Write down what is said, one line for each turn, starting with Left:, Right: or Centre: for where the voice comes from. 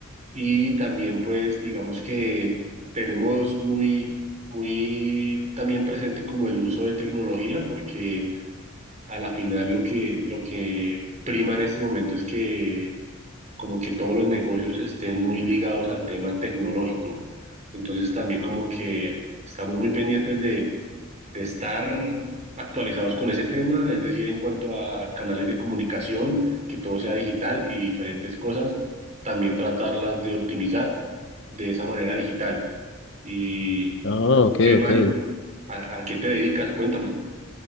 Right: Y también, pues, digamos que tenemos muy, muy también presente como el uso de tecnología, porque a la final lo que, lo que prima en este momento es que como que todos los negocios estén muy ligados al tema tecnológico. Entonces también como que estamos muy pendientes de, de estar actualizados con ese tema, es decir, en cuanto a canales de comunicación, que todo sea digital y diferentes cosas, también tratarlas de optimizar de esa manera digital. ¿Y,
Left: Ah,
Right: ¿y tú
Left: ok,
Right: qué, Mario?
Left: ok.
Right: ¿A, a qué te dedicas? Cuéntame.